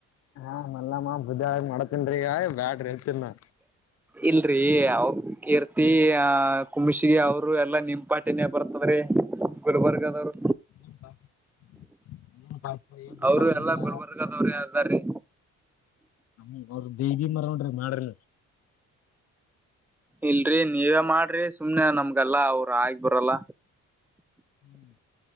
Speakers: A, on the left (about 55°); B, in the centre.
A: ಹಾ ಮಲ್ಲಮ ಗುದ್ದ್ಯಾಡಿ ಮಾಡತಿನ್ರಿ ಇಗಾ ಬ್ಯಡ್ರಿ ಅತನ ನಾ
B: ಇಲ್ರಿ ಅವ ಕೀರ್ತಿ ಆ ಕುಮಶಗಿ ಅವರು ಎಲ್ಲಾ ನಿಮ್ಮ ಪಾ ತಿನ್ಯ ಬರ್ತದ್ ರಿ ಗುಲ್ಬರ್ಗದವ್ರು
A: <unintelligible>
B: ಅವರು
A: ಅವ್ರಲ್ಲ
B: ಎಲ್ಲಾ ಗುಲ್ಬರ್ಗದವ್ರೇ ಅದಾರಿ
A: ಹ್ಮ ಅವ್ರ ಜಿಬಿ ನೋಡ್ರೆ ನೋಡಿ ಮಾಡ್ರಿ ಅಲ್ಲಿ
B: ಇಲ್ರಿ ನೀವೇ ಮಾಡ್ರಿ ಸುಮ್ನೆ ನಮ್ಗೆಲ್ಲ ಅವರು ಆಗಿಬರಲ್ಲ
A: ಹ್ಮ್